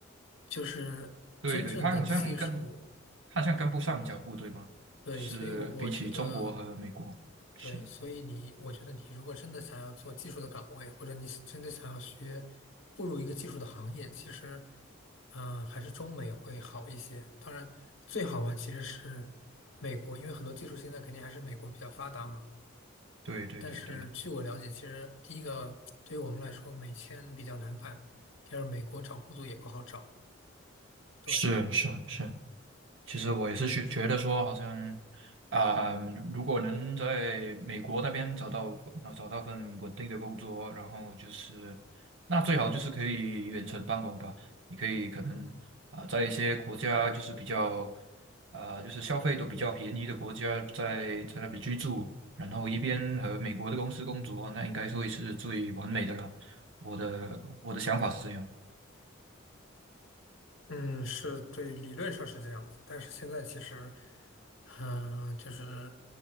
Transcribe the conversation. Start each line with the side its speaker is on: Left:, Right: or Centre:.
Left: 就是真正的技术，
Right: 对对，他好像跟他好像跟不上脚步对吗？
Left: 对，
Right: 就是比起中国和美国，
Left: 所以我我觉得。
Right: 是，
Left: 对，所以你，我觉得你如果真的想要做技术的岗位，或者你是真的想要学步入一个技术的行业，其实，嗯、还是中美会好一些。当然，最好嘛，其实是美国，因为很多技术现在肯定还是美国比较发达嘛。
Right: 对对对对，
Left: 但是据我了解，其实第一个对于我们来说，美签比较难办，第二，美国找工作也不好找。对。
Right: 是是是。其实我也是觉觉得说，好像啊、如果能在美国那边找到啊找到份稳定的工作，然后就是那最好就是可以远程办公吧。你可以可能啊、在一些国家就是比较啊、就是消费都比较便宜的国家在，在那边居住，然后一边和美国的公司工作，那应该是会是最完美的了。我的我的想法是这样
Left: 嗯，是对，理论上是这样子，但是现在其实，嗯、就是